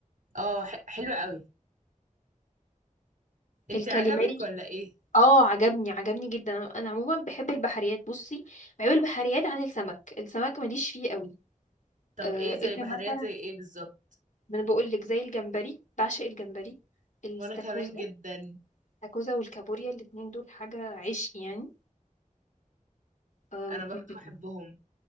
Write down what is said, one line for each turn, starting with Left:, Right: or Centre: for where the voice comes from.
Right: اه ح- حلوه قوي انت
Left: الكاليماري
Right: عجبك ولا ايه
Left: اه عجبني عجبني جدا انا عموما بحب البحريات بصي بحب البحريات عن السمك السمك ماليش فيه قوي
Right: طب
Left: آه
Right: ايه
Left: الا
Right: زي بحريات
Left: مثلا
Right: زي ايه بالظبط
Left: ما انا بقول لك زي الجمبري بعشق الجمبري الاستاكوزا
Right: وانا كمان جدا
Left: الاستاكوزا والكابوريا الاتنين دول حاجة عشق يعني آم،
Right: انا برضو
Left: م- م- م.
Right: بحبهم